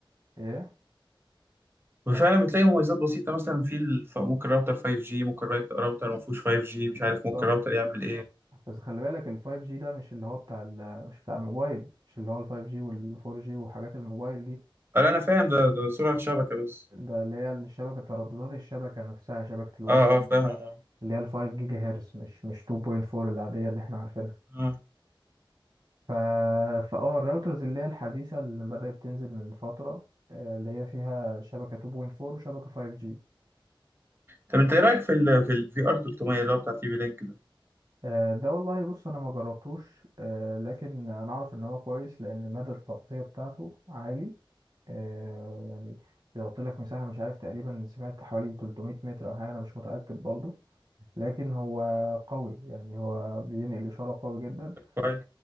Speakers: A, on the right (about 50°); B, on the right (about 25°).
A: ايه
B: وفعلا بتلاقي مميزات بسيطة مثلا في الف... ممكن راوتر 5G ممكن رايت- راوتر ما فيهوش 5G مش
A: بالظبط
B: عارف ممكن راوتر يعمل إيه
A: بس خلي بالك ال 5G ده مش اللي هو بتاع ال مش بتاع الموبايل مش اللي هو ال 5G وال 4G وحاجات الموبايل دي
B: أنا أنا فاهم ده ده سرعة شبكة بس
A: ده اللي هي الشبكة ترددات الشبكة نفسها شبكة الواي
B: آه
A: فاي
B: آه
A: نفسها
B: فاهم آه
A: اللي هي الفايف جيجا هرتز مش مش 2.4 العادية اللي احنا عارفينها
B: آه
A: ف... فاه الراوترز اللي هي الحديثة اللي بدأت تنزل من فترة آه، اللي هي فيها شبكة 2.4 وشبكة 5G
B: طب أنت إيه رأيك في ال في ال VR 300 اللي هو بتاع تي في لينك ده؟
A: آه، ده والله بص انا ما جربتوش آه، لكن انا اعرف ان هو كويس لان مدى التغطية بتاعته عالي آه، يعني بيغطي لك مساحة مش عارف تقريبا سمعت حوالي 300 متر او حاجة انا مش متأكد برضو لكن هو قوي يعني هو بينقل إشارة قوي جدا
B: كويس